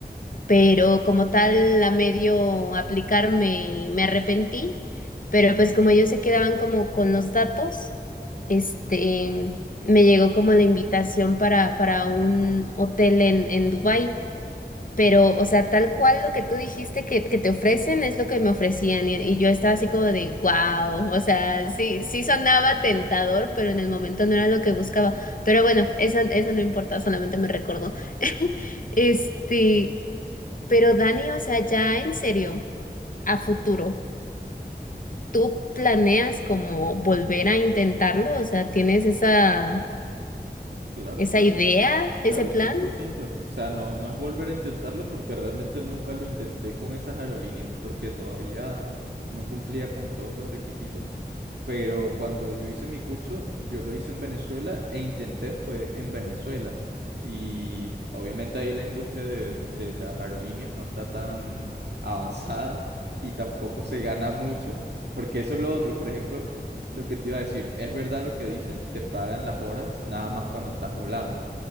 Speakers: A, on the left; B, on the right.
A: pero como tal a medio aplicar me, me arrepentí, pero pues como ellos se quedaban como con los datos, este, me llegó como la invitación para, para un hotel en, en Dubái. Pero, o sea, tal cual lo que tú dijiste que, que te ofrecen es lo que me ofrecían y, y yo estaba así como de, wow, o sea, sí, sí sonaba tentador, pero en el momento no era lo que buscaba. Pero bueno, eso, eso no importa, solamente me recordó. <laughs> Este, pero Dani, o sea, ya en serio, a futuro, ¿tú planeas como volver a intentarlo? O sea, ¿tienes esa,
B: Claro,
A: esa
B: claro,
A: idea, ese
B: Claro,
A: plan?
B: cien por ciento. O sea, no, no es volver a intentarlo porque realmente nunca lo intenté con esas aerolíneas porque todavía no cumplía con todos los requisitos. Pero cuando yo hice mi curso, yo lo hice en Venezuela e intenté fue en Venezuela. Y obviamente ahí la industria de, de las aerolíneas no está tan <laughs> avanzada y tampoco se gana mucho porque eso es lo otro. Por ejemplo, lo que te iba a decir, es verdad lo que dicen, te pagan las horas nada más cuando estás volando